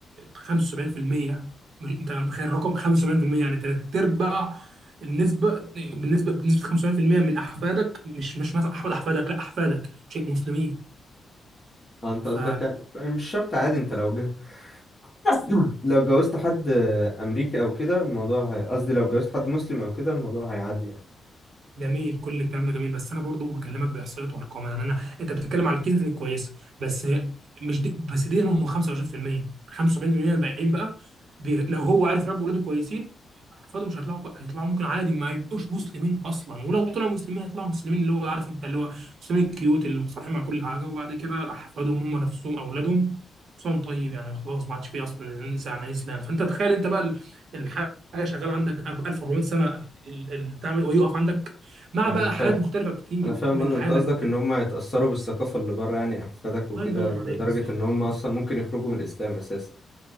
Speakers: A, on the right (about 60°); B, on the left (about 20°).
A: 75% مش- انت متخيل الرقم 75% يعني ثلاث ارباع النسبه بالنسبه بنسبه 75% من احفادك مش مش مثلا احفاد احفادك لا احفادك شيء مسلمين
B: اه انت
A: ف
B: قصدك يعني يعني مش شرط عادي انت لو جه <coughs> <laughs> لو جوزت حد امريكي او كده الموضوع هي- قصدي لو جوزت حد مسلم او كده الموضوع هيعدي يعني
A: جميل كل الكلام ده جميل بس انا برضو بكلمك باحصائيات وارقام يعني انا انت بتتكلم على الكنز الكويسه بس مش دي بس دي هم 25% 75% الباقيين بقى بي لو هو عارف يربي ولاده كويسين احفاده مش هيطلعوا كو- هيطلعوا ممكن عادي ما يبقوش مسلمين اصلا ولو طلعوا مسلمين هيطلعوا مسلمين اللي هو عارف انت اللي هو مسلمين الكيوت اللي متصالحين مع كل حاجه وبعد كده احفادهم هم نفسهم اولادهم صوم طيب يعني خلاص ما عادش فيه اصلا ننسى عن الاسلام فانت تخيل انت بقى ال- الحاجه شغاله عندك 1400 سنه ال- ال- بتاع ويقف عندك مع
B: انا
A: بقى حاجات
B: فاهم
A: مختلفه كتير
B: انا فاهم
A: من
B: أنا- انت
A: حياه ماديه
B: قصدك ان هم يتأثروا بالثقافة اللي بره يعني احفادك وكده
A: الله ينور
B: لدرجة
A: عليك بالظبط
B: ان هم
A: بالظبط.
B: اصلا ممكن يخرجوا من الاسلام اساسا